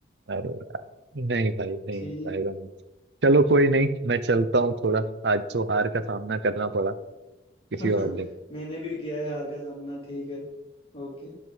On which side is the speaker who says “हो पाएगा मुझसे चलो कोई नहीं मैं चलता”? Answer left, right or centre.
Right